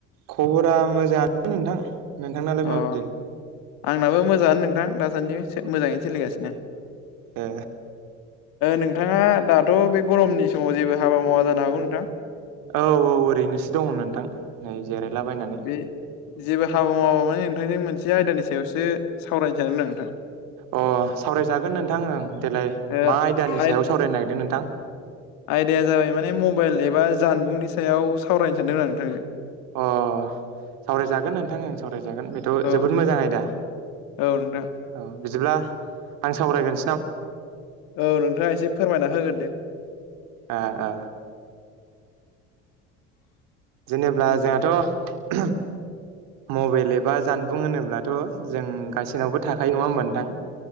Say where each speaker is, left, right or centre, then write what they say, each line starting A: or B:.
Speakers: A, on the right; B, on the left.
A: खबरा मोजाङानो नोंथां नोंथांनालाय
B: अ
A: माबायदि?
B: आंनाबो मोजाङानो नोंथां दासान्दि मोजाङैनो सोलिगासिनो।
A: ए।
B: नोंथाङा दाथ' बे गरमनि समाव जेबो हाबा मावा जानो हागौ नोंथां?
A: औ औ ओरैनोसो दङ नोंथां नै जिरायलाबायनानै।
B: बे जेबो हाबा मावाबा माने नोंथांजों मोनसे आयदानि सायावसो सावरायनो सानदों आं नोंथां।
A: अ सावरायजागोन नोंथां ओं देेलाय
B: ओ
A: मा आयदानि
B: आय
A: सायाव सावरायनो नागिरदों नोंथां।
B: आयदाया जाबाय माने मबाइल एबा जानबुंनि सायाव सावरायनो सानदोंमोन आं नोंथां।
A: अ सावरायजागोन नोंथां ओं सावरायजागोन बेथ
B: औ
A: जोबोद मोजां आयदा।
B: औ नोंथां।
A: औ बिदिब्ला आं सावरायगोन।
B: औ नोंथाङा एसे फोरमायना होगोरदो।
A: ओ ओ। जेनेबा जोंहाथ' मबाइल एबा जानबुं होनोब्लाथ जों गाससिनावबो थाखायो नङा होमबा नोंथां।